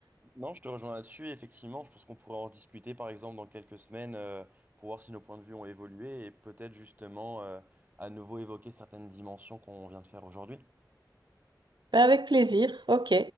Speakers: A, on the right (about 20°); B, on the right (about 80°).
A: Non, je te rejoins là-dessus. Effectivement, je pense qu'on pourrait en discuter par exemple dans quelques semaines euh, pour voir si nos points de vue ont évolué et peut-être justement euh, à nouveau évoquer certaines dimensions qu'on vient de faire aujourd'hui.
B: Ben, avec plaisir, ok.